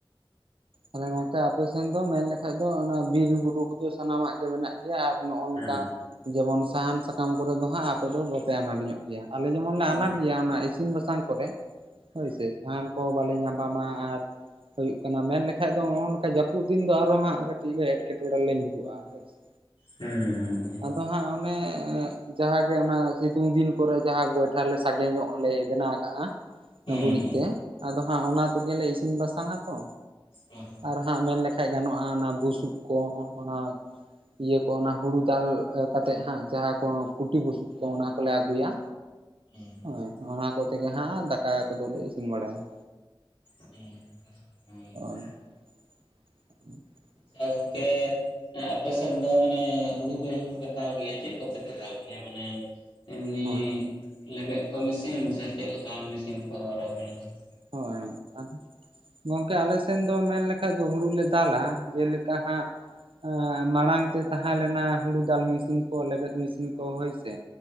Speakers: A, on the right; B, on the left.
A: ᱛᱟᱞᱦᱮ ᱜᱚᱝᱠᱮ ᱟᱯᱮᱥᱮᱱ ᱫᱚ ᱢᱮᱱ ᱞᱮᱠᱷᱟᱡ ᱫᱚ ᱚᱱᱟ ᱵᱤᱨ ᱵᱩᱨᱩ ᱠᱚᱫᱚ ᱥᱟᱱᱟᱢᱟᱜ ᱜᱮ ᱢᱮᱱᱟᱜ ᱜᱮᱭᱟ ᱟᱨ ᱱᱚᱜᱼᱚ ᱱᱚᱝᱠᱟ
B: ᱦᱮᱸ
A: ᱡᱮᱢᱚᱱ ᱥᱟᱦᱟᱱ ᱥᱟᱠᱟᱢ ᱠᱚᱨᱮ ᱫᱚ ᱦᱟᱸᱜ ᱟᱯᱮ ᱫᱚ ᱵᱟᱯᱮ ᱟᱱᱟᱴ ᱧᱚᱜ ᱜᱮᱭᱟ᱾ ᱟᱞᱮ ᱡᱮᱢᱚᱱ ᱞᱮ
B: ᱦᱮᱸ
A: ᱟᱱᱟᱴ
B: ᱦᱩᱸ
A: ᱜᱮᱭᱟ ᱚᱱᱟ ᱤᱥᱤᱱ ᱵᱟᱥᱟᱝ ᱠᱚᱨᱮ ᱦᱳᱭᱥᱮ ᱦᱮᱸ᱾ ᱠᱚ ᱵᱟᱞᱮ ᱧᱟᱯᱟᱢᱟ ᱟᱨ ᱦᱩᱭᱩᱜ ᱠᱟᱱᱟ ᱢᱮᱱᱞᱮ ᱠᱷᱟᱡ ᱫᱚ ᱱᱚᱜᱼᱚ ᱱᱚᱝᱠᱟ ᱡᱟᱹᱯᱩᱫ ᱫᱤᱱ ᱫᱚ ᱟᱨᱚ ᱦᱟᱸᱜ ᱠᱟᱹᱴᱤᱡ ᱞᱮ ᱮᱴᱠᱮᱴᱚᱬᱮ ᱞᱮ ᱧᱩᱨᱩᱜᱼᱟ ᱦᱳᱭ ᱥᱮ᱾
B: ᱦᱩᱸ
A: ᱟᱫᱚ ᱦᱟᱸᱜ ᱚᱱᱮ ᱡᱟᱦᱟᱸᱜᱮ ᱚᱱᱟ ᱥᱤᱛᱩᱝ ᱫᱤᱱ ᱠᱚᱨᱮ ᱡᱟᱦᱟᱸ ᱜᱚᱭᱴᱷᱟ ᱞᱮ ᱥᱟᱜᱮ ᱧᱚᱜ ᱞᱮ ᱵᱮᱱᱟᱣ ᱠᱟᱜᱼᱟ᱾
B: ᱦᱮᱸ
A: ᱜᱩᱨᱤᱡ ᱛᱮ ᱟᱫᱚ ᱦᱟᱸᱜ ᱚᱱᱟ ᱛᱮᱜᱮᱞᱮ ᱤᱥᱤᱱ ᱵᱟᱥᱟᱝᱟ ᱛᱚ᱾
B: ᱚ
A: ᱟᱨ ᱦᱟᱸᱜ ᱢᱮᱱ ᱞᱮᱠᱷᱟᱡ ᱜᱟᱱᱚᱜᱼᱟ ᱚᱱᱟ ᱵᱩᱥᱩᱵ ᱠᱚ ᱚᱱᱟ ᱤᱭᱟᱹ ᱠᱚ ᱚᱱᱟ ᱦᱩᱲᱩ ᱫᱟᱞ ᱠᱟᱛᱮᱜ ᱦᱟᱸᱜ ᱡᱟᱦᱟᱸ ᱠᱚ ᱠᱩᱴᱤ ᱵᱩᱥᱩᱵ ᱠᱚ ᱚᱱᱟ ᱠᱚᱞᱮ ᱟᱹᱜᱩᱭᱟ᱾
B: ᱦᱮᱸ
A: ᱦᱳᱭ ᱚᱱᱟ ᱠᱚᱛᱮ ᱜᱮ ᱦᱟᱸᱜ ᱫᱟᱠᱟ ᱠᱚᱫᱚᱞᱮ ᱤᱥᱤᱱ ᱵᱟᱲᱟᱭᱟ᱾
B: ᱩᱸ ᱦᱮᱸ᱾
A: ᱦᱳᱭ <inaudible>
B: ᱮ ᱜᱚᱝᱠᱮ ᱮ ᱟᱯᱮ ᱥᱮᱫ ᱫᱚ ᱢᱟᱱᱮ ᱦᱩᱲᱩ ᱠᱚ ᱡᱚᱠᱷᱚᱱ ᱯᱮ ᱫᱟᱞ ᱜᱮᱭᱟ ᱪᱮᱫ ᱠᱚᱛᱮ ᱯᱮ ᱫᱟᱞ ᱜᱮᱭᱟ ᱢᱟᱱᱮ ᱮᱢᱱᱤ
A: ᱦᱳᱭ
B: ᱞᱮᱵᱮᱫ ᱠᱚ ᱢᱤᱥᱤᱱ ᱥᱮ ᱪᱮᱫ ᱞᱮᱠᱟᱱ ᱢᱤᱥᱤᱱ ᱠᱚ? <unintelligible>
A: ᱦᱳᱭ ᱟᱫᱚ ᱜᱚᱝᱠᱮ ᱟᱞᱮ ᱥᱮᱱ ᱫᱚ ᱢᱮᱱ ᱞᱮᱠᱟᱡ ᱫᱚ ᱦᱩᱲᱩ ᱞᱮ ᱫᱟᱞᱟ ᱡᱮᱞᱮᱠᱟ ᱦᱟᱸᱜ ᱮᱸ ᱢᱟᱲᱟᱝ ᱛᱮ ᱛᱟᱦᱮᱸ ᱞᱮᱱᱟ ᱦᱩᱲᱩ ᱫᱟᱞ ᱢᱤᱥᱤᱱ ᱠᱚ ᱞᱮᱵᱮᱫ ᱢᱤᱥᱤᱱ ᱠᱚ ᱦᱳᱭᱥᱮ᱾